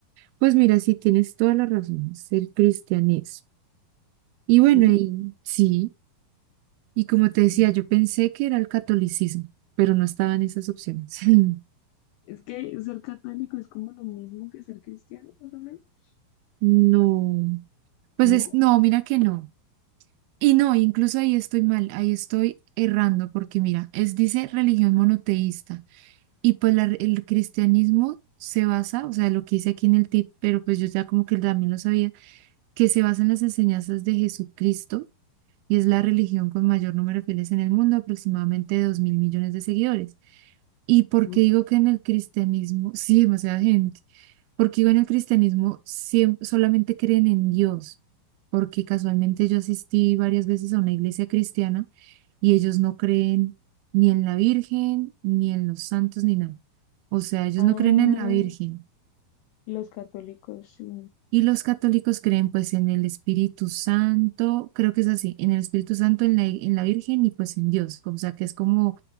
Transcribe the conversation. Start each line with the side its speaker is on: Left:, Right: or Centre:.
Right: Pues mira, sí, tienes toda la razón, es el cristianismo. Y bueno,
Left: sí,
Right: y, sí, y como te decía,
Left: no,
Right: yo pensé que era el catolicismo, pero no estaban esas opciones. <laughs>
Left: Es que ser católico es como lo mismo que ser cristiano, más o menos,
Right: No, pues
Left: ¿no?
Right: es, no, mira que no. Y no, incluso ahí estoy mal, ahí estoy errando, porque mira, es dice religión monoteísta, y pues la re- el cristianismo se basa, o sea, lo que dice aquí en el tip, pero pues yo ya como que también lo sabía, que se basa en las enseñanzas de Jesucristo y es la religión con mayor número de fieles en el mundo, aproximadamente dos mil millones de seguidores. ¿Y por
Left: Uf,
Right: qué digo que en el cristianismo sí demasiada gente? Porque en el cristianismo siempre, solamente creen en Dios, porque casualmente yo asistí varias veces a una iglesia cristiana y ellos no creen ni en la Virgen, ni en los santos, ni nada. O sea, ellos
Left: Ah,
Right: no creen en la Virgen,
Left: los católicos, sí,
Right: y los católicos creen pues en el Espíritu Santo, creo que es así, en el Espíritu Santo, en la, en la Virgen y pues en Dios, o sea que es como